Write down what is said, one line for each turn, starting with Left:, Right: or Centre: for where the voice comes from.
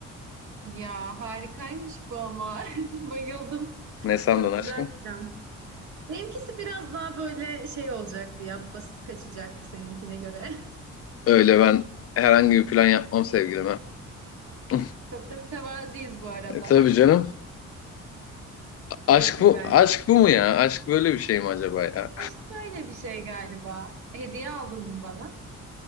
Right: Ya harikaymış bu ama. <laughs> Bayıldım.
Left: Ne sandın
Right: Çok
Left: aşkım?
Right: güzel plan. Benimkisi biraz daha böyle şey olacaktı ya, basit kaçacaktı seninkine göre. <laughs>
Left: Öyle ben herhangi bir plan yapmam sevgilime. <laughs>
Right: Çok da mütevaziyiz bu arada.
Left: E, tabii canım. Aşk
Right: <laughs> Çok güzel.
Left: bu, aşk bu mu ya? Aşk böyle bir şey mi acaba ya?
Right: Aşk böyle bir şey galiba. Hediye aldın mı bana?